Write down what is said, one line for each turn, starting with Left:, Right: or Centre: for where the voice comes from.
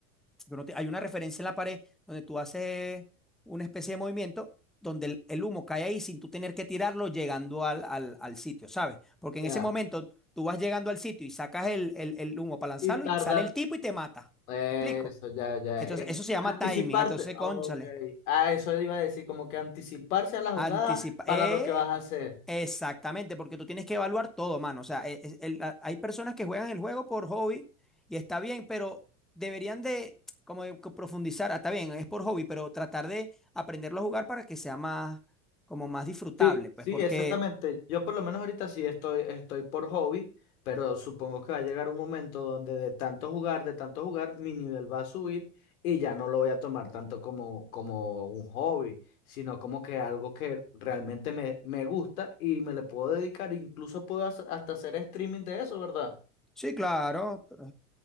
Centre: Que uno te- hay una referencia en la pared donde tú haces una especie de movimiento donde el, el humo cae ahí sin tú tener que tirarlo llegando al, al, al sitio, ¿sabes? Porque en
Left: Ya.
Centre: ese momento tú vas llegando al sitio y sacas el, el, el humo para lanzarlo
Left: Y tarda
Centre: y sale el tipo y te mata.
Left: Eso,
Centre: ¿Me explico?
Left: ya, ya.
Centre: Entonces,
Left: eh,
Centre: eso se llama
Left: anticiparte.
Centre: timing. Entonces,
Left: Ok.
Centre: cónchale,
Left: Ah, eso iba a decir, como que anticiparse a la jugada
Centre: anticipa.
Left: para
Centre: eh,
Left: lo que vas a hacer.
Centre: Exactamente, porque tú tienes que evaluar todo, mano. O sea, e- es- el- a- hay personas que juegan el juego por hobby y está bien, pero deberían de como de co- profundizar. Ah, está bien, es por hobby, pero tratar de aprenderlo a jugar para que sea más, como más disfrutable,
Left: Sí,
Centre: pues,
Left: sí,
Centre: porque
Left: exactamente. Yo por lo menos ahorita sí estoy, estoy por hobby, pero supongo que va a llegar un momento donde de tanto jugar, de tanto jugar, mi nivel va a subir y ya no lo voy a tomar tanto como, como un hobby, sino como que algo que realmente me, me gusta y me le puedo dedicar. Incluso puedo hacer- hasta hacer streaming de eso, ¿verdad?
Centre: Sí, claro. <laughs> pero,